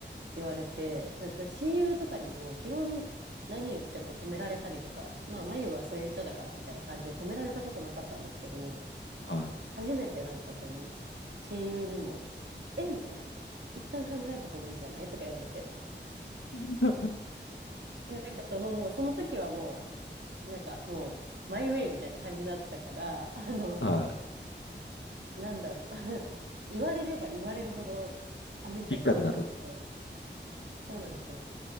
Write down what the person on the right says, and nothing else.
言われて、だ、だ親友とかにも基本何言っても止められたりとか、まあ、まゆはそういう人だからみたいな感じで止められたことなかったんですけど、
初めてなんかこの親友にも、えみたいな。一旦考えた方がいいんじゃないとか言われて。
いや、なんかそのもう、その時はもう、なんかもう、マイウェイみたいな感じになってたから、<laughs> あの、
なんだろう。<laughs> 言われれば言われるほどアメリカ行きたくなっちゃって。
そうなんですよ。